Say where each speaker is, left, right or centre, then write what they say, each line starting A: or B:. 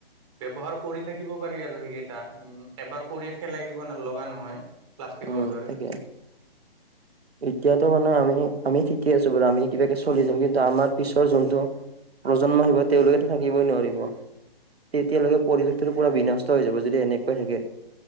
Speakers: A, on the right (about 30°); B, on the right (about 80°).
A: ব্যৱহাৰ কৰি থাকিব পাৰি আৰু সেইকেইটা উম এবাৰ কৰিয় পেলাই দিব ন লগা নহয়। প্লাষ্টিকৰ
B: উম
A: দৰে
B: তাকে এতিয়া বৰ্তমানে আমি আমি ঠিকে আছো বাৰু আমি কিবাকে চলি যাম কিন্তু আমাৰ পিছৰ যোনটো প্ৰজন্ম আহিব তেওঁলোকেতো থাকিবই নোৱাৰিব। তেতিয়ালৈকে পৰিৱেশটো পুৰা বিনষ্ট হৈ যাব যদি এনেকোৱাই থাকে।